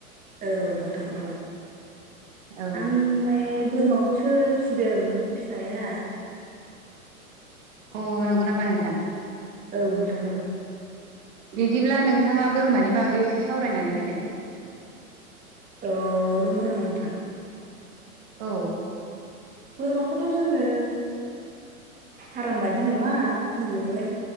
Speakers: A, on the right (about 20°); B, on the right (about 55°).
A: औ नोंथां औ
B: औ
A: आंलाय बोरमाखौसो सो फिसिदों फिसिनाया,
B: अ नंग' नामा नोंथां?
A: औ नोंथां औ
B: बिदिब्ला नोंथांङा बोरमानि बागै एसे सावरायनानै होदो?
A: अ नंग' नामा नोंथां?
B: औ
A: बोरमाखौथ' जोंङो फाराम बादि नंङा गिदिरालाय